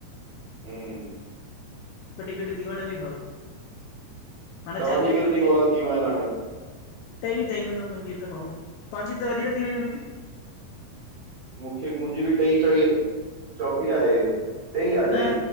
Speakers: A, on the right (about 45°); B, on the left (about 75°).
A: हूं
B: कॾी कॾी, तीवण ॿि खाओ। हाणे
A: तव्हांजी
B: चालीह
A: केतरी
B: थो अचे
A: कॉलां, थी व्यूं एन हाणे?
B: टई ठयूं इन मुंजी त भाऊ, तांजी त वधीक थी वई हूंदी।
A: मूखे, मुंजी बि टईं चईं, चौथी आहे हे। टेईं आ टई,
B: न